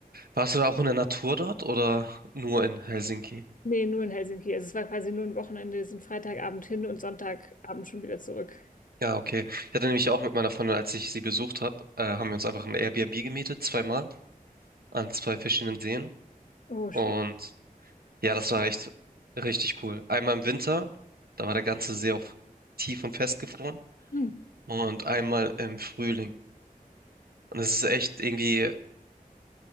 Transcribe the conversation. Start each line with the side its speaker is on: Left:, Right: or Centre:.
Right: Warst du da auch in der Natur dort oder nur in Helsinki?
Left: Nee, nur in Helsinki. Also es war quasi nur ein Wochenende. Wir sind Freitagabend hin und Sonntagabend schon wieder zurück.
Right: Ja, okay. Ich hatte nämlich auch mit meiner Freundin, als ich sie besucht habe, äh, haben wir uns einfach ein Airbnb gemietet, zweimal, an zwei verschiedenen Seen.
Left: Oh, schön.
Right: Und ja, das war echt richtig cool. Einmal im Winter, da war der ganze See auf tief und festgefroren.
Left: Hm.
Right: Und einmal im Frühling. Und es ist echt irgendwie,